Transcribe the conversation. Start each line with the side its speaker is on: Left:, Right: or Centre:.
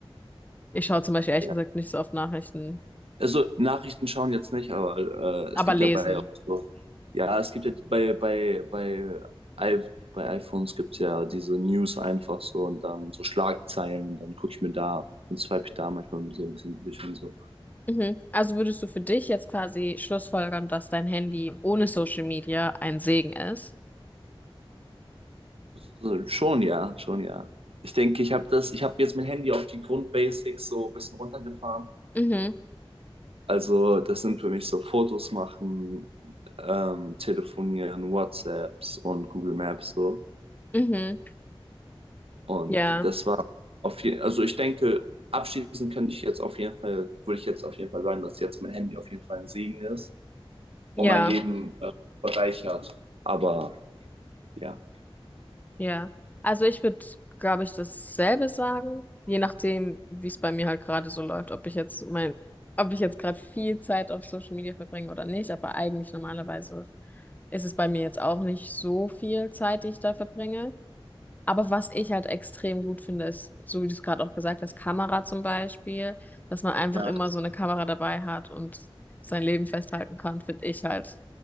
Left: ich schaue zum Beispiel ehrlich
Right: Ja.
Left: gesagt nicht so oft Nachrichten,
Right: Also Nachrichten schauen jetzt nicht, aber äh,
Left: aber
Right: es gibt
Left: lesen.
Right: ja bei auch so, ja, es gibt ja bei bei bei I bei iPhones gibt's ja diese News einfach so und dann so Schlagzeilen und dann gucke ich mir da, dann swipe ich da manchmal so ein bisschen durch und so.
Left: Mhm. Also würdest du für dich jetzt quasi schlussfolgern, dass dein Handy ohne Social Media ein Segen ist?
Right: so. Schon ja, schon ja. Ich denke, ich habe das, ich habe jetzt mein Handy auf die Grundbasics so ein bisschen runtergefahren.
Left: Mhm,
Right: Also das sind für mich so Fotos machen, ähm, telefonieren, WhatsApps und Google Maps so.
Left: mhm,
Right: Und
Left: ja,
Right: das war auf jeden also ich denke, abschließend kann ich jetzt auf jeden Fall, würde ich jetzt auf jeden Fall sagen, dass jetzt mein Handy auf jeden Fall ein Segen ist und
Left: ja.
Right: mein Leben äh, bereichert. Aber ja.
Left: Ja, also ich würde, glaube ich, dasselbe sagen, je nachdem, wie es bei mir halt gerade so läuft, ob ich jetzt mein, ob ich jetzt gerade viel Zeit auf Social Media verbringe oder nicht, aber eigentlich normalerweise ist es bei mir jetzt auch nicht so viel Zeit, die ich da verbringe. Aber was ich halt extrem gut finde, ist, so wie du es gerade auch gesagt hast, Kamera zum Beispiel, dass man einfach
Right: Ja,
Left: immer
Right: das
Left: so eine Kamera dabei hat und sein Leben festhalten kann, finde ich halt